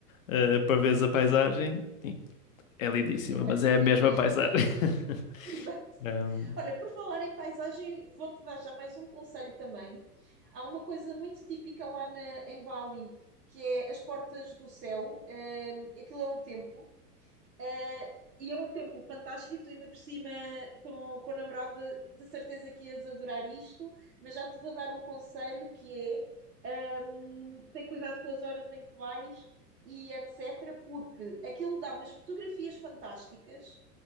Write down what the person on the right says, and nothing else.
E a paisagem
é a mesma.
<laughs>
Exato.
Olha, por falar em paisagem, vou-te dar já mais um conselho também. Há uma coisa muito típica lá na- em Bali, que é as portas do céu. Eh, aquilo é um templo eh, e é um templo fantástico e tu ainda por cima com, com a namorada de certeza que ias adorar isto, mas já te vou dar um conselho que é hum, ter cuidado com as horas em que vais e etc, porque aquilo dá umas fotografias fantásticas,